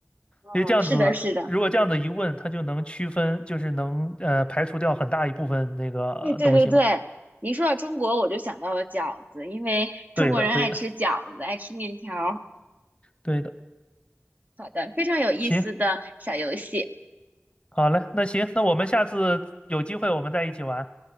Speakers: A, on the right; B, on the left.
A: 哦，
B: 因为这样子，
A: 是的，是的，
B: 如果这样子一问，它就能区分，就是能呃排除掉很大一部分那个东西嘛。
A: 哎，对对对，你一说到中国，我就想到了饺子，因为中国人爱吃饺子，
B: 对的，对的，
A: 爱吃面条儿
B: 对的。
A: 好的，非常有意思的小游戏，
B: 行，好嘞，那行，那我们下次有机会我们再一起玩。